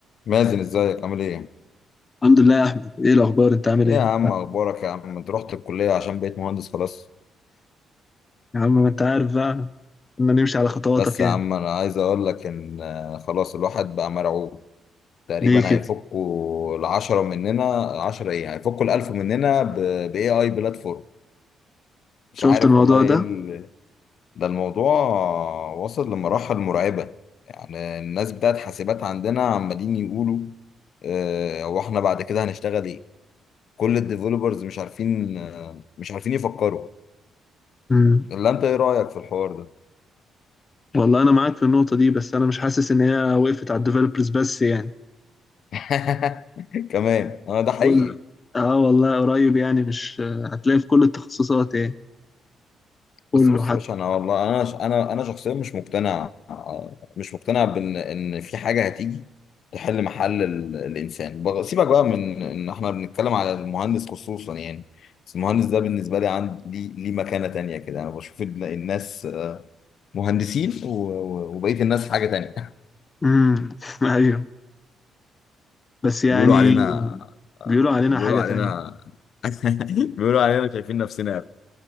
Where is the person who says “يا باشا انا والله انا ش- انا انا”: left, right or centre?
Left